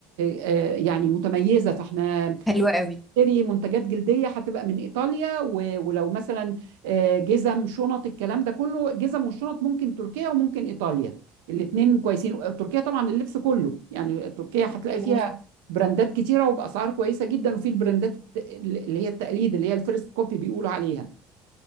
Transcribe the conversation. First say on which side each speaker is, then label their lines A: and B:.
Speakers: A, on the right; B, in the centre.
A: آه، يعني متميزه فاحنا
B: حلو قوي
A: تشتري منتجات جلديه هتبقى من ايطاليا و- ولو مثلا آه، جزم شنط الكلام ده كله جزم والشنط ممكن تركيا وممكن ايطاليا الاثنين كويسين تركيا طبعا اللبس كله يعني تركيا هتلاقي
B: مظبوط
A: فيها براندات كتيره وباسعار كويسه جدا وفي البراندات الت- اللي هي التقليد اللي هي الفيرست كوبي بيقولوا عليها